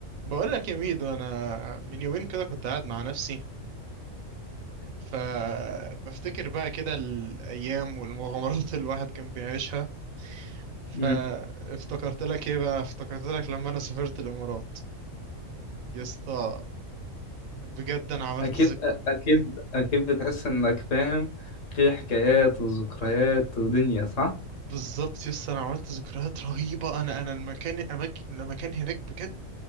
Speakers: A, on the right; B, on the left.
A: بقول لك يا ميدو انا من يومين كده كنت قاعد مع نفسي فبفتكر بقى كده الايام والمغامرات <laughs> اللي الواحد كان بيعيشها فافتكرت
B: مم.
A: لك ايه بقى افتكرت لك لما انا سافرت الامارات يا اسطى بجد انا عملت
B: أكيد
A: ذك
B: أكيد
A: م-
B: أكيد بتحس إنك فاهم في حكايات
A: م.
B: وذكريات ودنيا صح؟
A: بالظبط يا اسطى انا عملت ذكريات رهيبه انا انا المكان اماكن المكان هناك بجد